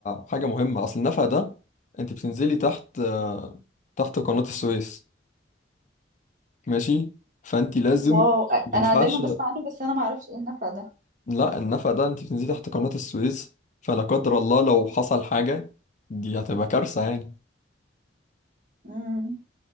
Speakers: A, on the left; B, on the right.
A: حاجة مهمة اصل النفق ده انت بتنزلي تحت آه تحت قناة السويس ماشي فانت لازم
B: واو أ-
A: ما
B: انا
A: ينفعش
B: دايما بسمع عنه بس انا ما اعرفش ايه النفق ده
A: لا النفق ده انت بتنزلي تحت قناة السويس فلا قدر الله لو حصل حاجة دي هتبقى كارثة يعني
B: امم